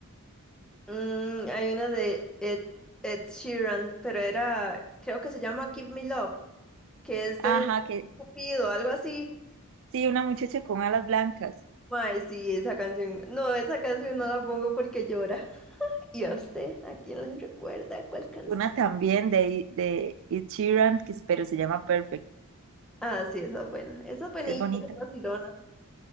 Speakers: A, in the centre; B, on the right.
A: Mm, hay una de Ed, Ed Sheeran, pero era, creo que se llama Give Me Love, que es
B: Ajá,
A: de
B: que
A: Cupido, algo así.
B: sí, una muchacha con alas blancas.
A: Mae, sí, esa canción. No, esa canción no la pongo porque llora. <laughs> ¿Y a usted? ¿A quién le recuerda cuál canción?
B: Una también de, de Ed Sheeran, que espero se llama Perfect.
A: Ah, sí, esa es buena. Esa es buenilla,
B: Es bonita.
A: esa es vacilona.